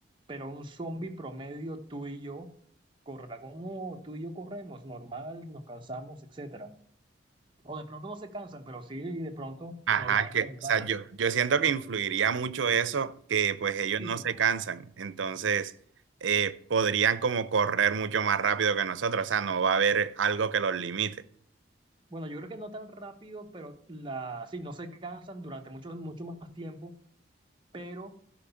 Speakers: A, on the right; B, on the right.
A: pero un zombie promedio tú y yo correrá como tú y yo corremos, normal, nos cansamos, etcétera. O de pronto no se cansan, pero sí de pronto
B: Ajá,
A: no irán
B: que,
A: tan
B: o sea,
A: rápido.
B: yo, yo siento que influiría mucho eso, que pues
A: El
B: ellos
A: físico.
B: no se cansan, entonces eh, podrían como correr mucho más rápido que nosotros, o sea, no va a haber algo que los limite.
A: Bueno, yo creo que no tan rápido, pero la, sí, no se cansan durante mucho, mucho más tiempo, pero